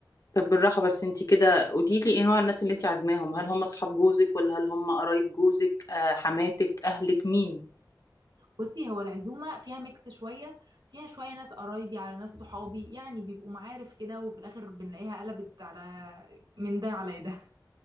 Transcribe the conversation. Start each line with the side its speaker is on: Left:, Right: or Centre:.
Left: طب بالراحة بس انتي كده قوليلي ايه نوع الناس اللي انتي عازماهم هل هم اصحاب جوزك ولا هل هم قرايب جوزك آه حماتك اهلك مين
Right: بصي هو العزومة فيها ميكس شوية فيها شوية ناس قرايبي على ناس صحابي يعني بيبقوا معارف كده وفي الآخر بنلاقيها قلبت على من ده على ده